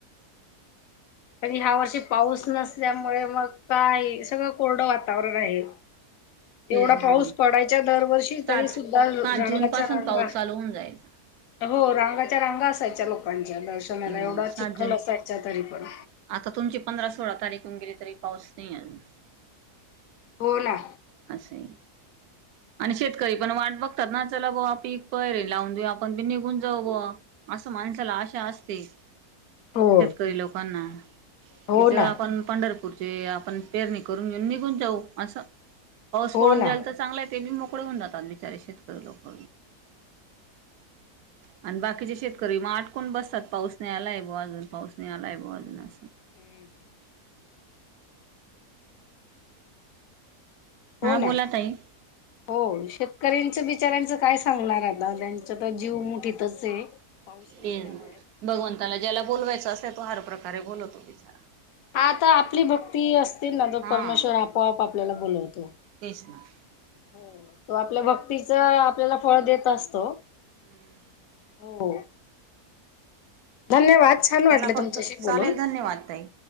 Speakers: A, on the left; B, on the right.
A: पण ह्या वर्षी पाऊस नसल्यामुळे मग काय? सगळं कोरडं वातावरण आहे.
B: तेच
A: एवढा
B: ना
A: पाऊस पडायचा दरवर्षी
B: सात
A: तरी सुद्धा रांगाच्या
B: सात जून पासून
A: रांगा-
B: पाऊस चालू होऊन जायचा
A: हो. रांगाच्या रांगा असायच्या लोकांच्या दर्शनाला
B: मग
A: एवढा
B: सात
A: चिखल
B: जून
A: असायचा तरी पण.
B: आता तुमची पंधरा सोळा तारीख होऊन गेली तरी पाऊस नाही अजून.
A: बोला.
B: अस ये. आणि शेतकरी पण वाट बघतात ना? चला बुवा पिक पहिले लावून देऊ आपण बी निघून जाऊ बुवा. असं माणसाला आशा असते. -
A: हो
B: ते शेतकरी लोकांना,
A: हो
B: कि जरा
A: ना
B: आपण पंढरपू- आपण पेरणी करून घेऊन निघून जाऊ अस. पाऊस
A: हो
B: पडून
A: ना
B: जाईल तर चांगलाय. ते बी मो - -कळे होऊन जातात बिचारे शेतकरी लोक. आणि बाकीचे शेतकरी मग अटकून बसतात. पाऊस नाही आला ये बुवा अजून. पाऊस नाही आला ये बुवा अजून असं.
A: हम्. हो
B: हा
A: ना
B: बोला ताई.
A: हो, शेतकऱ्यांच बिचाऱ्यांचं काय सांगणार आता? त्यांचा तर जीव मुठीतच आहे. पाऊस नसल्यामुळे.
B: ते भगवंताला ज्याला बोलवायचा असेल, तो हर प्रकारे बोलवतो बिचारा.
A: आता आपली भक्ती असते ना, तो
B: हा
A: परमेश्वर आपोआप आपल्याला बोलवतो.
B: तेच ना.
A: हो. तो आपल्या भक्तीच आपल्याला फळ देत असतो.
B: हम्म.
A: हो. धन्यवाद छान वाटलं
B: त्याला फक्त
A: तुमच्याशी
B: चालेल
A: बोलून.
B: धन्यवाद ताई